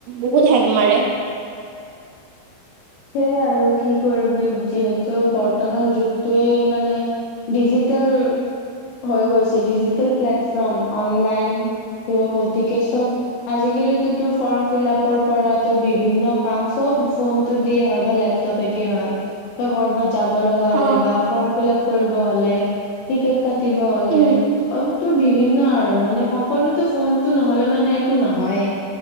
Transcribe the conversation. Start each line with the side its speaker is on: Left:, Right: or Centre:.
Right: বহুত হেং মাৰে।
Left: সেইয়া আৰু কি কৰিবি, যিহেতু বৰ্তমান যুগটোৱে মানে- ডিজিটেল হৈ গৈছে, ডিজিটেল প্লেটফৰ্ম অনলাইন। গতিকে চব- আজিকালিটো তোৰ ফৰ্ম ফিলাপৰ পৰা তোৰ বিভিন্ন কাম চব ফোন- টো দিয়ে হয় বা লেপটপ দি হয়, তোৰ কৰবাত যাব লগা হ'লে
Right: অ
Left: বা ফৰ্ম ফিলাপ- কৰিব হ'লে, টিকেট কাটিব হ'লে-
Right: উম
Left: তোৰ বিভিন্ন আৰু মানে সকলোতো ফোনটো নহ'লে মানে একো নহয়েই।